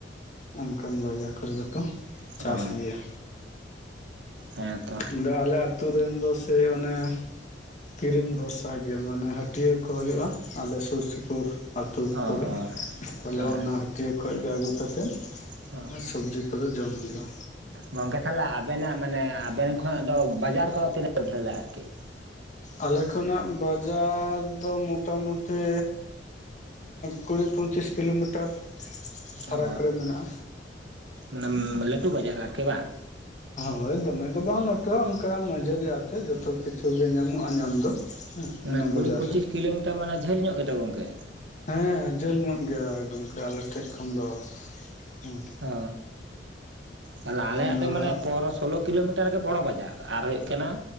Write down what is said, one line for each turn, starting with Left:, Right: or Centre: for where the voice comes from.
Left: ᱚᱱᱠᱟᱱ ᱡᱟᱭᱜᱟ ᱠᱚᱨᱮ ᱫᱚᱠᱚ
Right: ᱦᱮᱸ
Left: ᱪᱟᱥ
Right: ᱚ
Left: ᱜᱮᱭᱟ
Right: ᱦᱮᱸᱛᱚ
Left: ᱟᱫᱚ ᱟᱞᱮ ᱟᱛᱳ ᱨᱮᱱ ᱫᱚ ᱥᱮ ᱚᱱᱮ ᱠᱤᱨᱤᱧ ᱵᱷᱚᱨᱥᱟ ᱜᱮ ᱢᱟᱱᱮ ᱦᱟᱹᱴᱤᱭᱟᱹ ᱠᱚ ᱦᱩᱭᱩᱜᱼᱟ ᱟᱞᱮ ᱥᱩᱨ ᱥᱩᱯᱩᱨ ᱟᱛᱳ
Right: ᱚ
Left: ᱠᱚᱨᱮ
Right: ᱚ
Left: ᱛᱟᱦᱚᱞᱮ
Right: ᱦᱮᱸ
Left: ᱚᱱᱟ ᱦᱟᱹᱴᱤᱭᱟᱹ ᱠᱷᱚᱱ ᱜᱮ ᱟᱹᱜᱩ ᱠᱟᱛᱮᱫ
Right: ᱦᱮᱸ
Left: ᱥᱚᱵᱡᱤ ᱠᱚᱫᱚ ᱡᱚᱢ ᱦᱩᱭᱩᱜᱼᱟ
Right: ᱜᱚᱝᱠᱮ ᱮ? ᱧᱧᱷ ᱼᱨᱯᱪᱪ ᱢᱟᱱᱮ ᱟᱵᱮᱱ ᱠᱷᱚᱱᱟᱜ ᱫᱚ ᱵᱟᱡᱟᱨ ᱠᱚ ᱛᱤᱱᱟᱹᱜ ᱡᱷᱟᱹᱞᱟ ᱟᱨᱠᱤᱮ
Left: ᱟᱞᱮ ᱠᱷᱚᱱᱟᱜ ᱵᱟ- ᱡᱟᱨ ᱫᱚ ᱢᱚᱴᱟ ᱢᱩᱴᱤ ᱠᱩᱲᱤ ᱯᱚᱪᱤᱥ ᱠᱤᱞᱳᱢᱤᱴᱟᱨ ᱯᱷᱟᱨᱟᱠ
Right: ᱚ
Left: ᱨᱮ ᱢᱮᱱᱟᱜᱼᱟ
Right: ᱢᱟᱱᱮ ᱞᱟᱹᱴᱩ ᱵᱟᱡᱟᱨ ᱟᱨᱠᱤ ᱵᱟᱝ?
Left: ᱦᱳᱭ ᱫᱚᱢᱮ ᱫᱚ ᱵᱟᱝ ᱞᱟᱹᱴᱩᱼᱟ ᱚᱱᱠᱟ ᱢᱟᱡᱷᱟᱹᱨᱤ ᱟᱛᱮ ᱡᱚᱛᱚ ᱠᱤᱪᱷᱩ ᱜᱮ ᱧᱟᱢᱚᱜᱼᱟ ᱧᱟᱢ ᱫᱚ ᱦᱮᱸ
Right: ᱚᱱᱮ
Left: ᱚᱱᱟ
Right: ᱠᱩᱲᱤ
Left: ᱵᱟᱡᱟᱨ
Right: ᱯᱚᱸᱪᱤᱥ
Left: ᱨᱮ
Right: ᱠᱤᱞᱳᱢᱤᱴᱟᱨ ᱢᱟᱱᱮ ᱡᱷᱟᱹᱞ ᱧᱚᱜ ᱜᱮᱛᱫᱚ ᱜᱚᱝᱠᱮ
Left: ᱦᱮᱸ ᱡᱷᱟᱹᱞ ᱧᱚᱜ ᱜᱮᱭᱟ ᱜᱚᱢᱠᱮ ᱟᱞᱮᱴᱷᱮᱡ ᱠᱷᱚᱱ ᱫᱚ ᱦᱩᱸ
Right: ᱚ ᱛᱟᱦᱚᱞᱮ ᱟᱞᱮᱭᱟᱜ
Left: ᱟᱫᱚ
Right: ᱫᱚ ᱢᱟᱱᱮ ᱯᱚᱱᱨᱚ ᱥᱳᱞᱳ ᱠᱤᱞᱳᱢᱤᱴᱟᱨ ᱜᱮ ᱵᱚᱲᱚ ᱵᱟᱡᱟᱨ ᱟᱨ ᱦᱩᱭᱩᱜ ᱠᱟᱱᱟ